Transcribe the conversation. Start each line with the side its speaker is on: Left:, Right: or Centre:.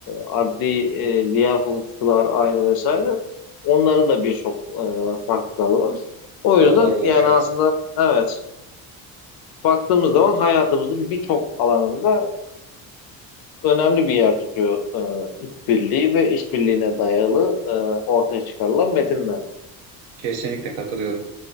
Left: adli e, diğer hukukçular ayrı vesaire. Onların da birçok e, farklı dalı var. O yüzden
Right: Dalları var,
Left: yani
Right: evet.
Left: aslında evet baktığımız zaman hayatımızın birçok alanında e, önemli bir yer tutuyor e, işbirliği ve işbirliğine dayalı e, ortaya çıkarılan metinler.
Right: Kesinlikle katılıyorum.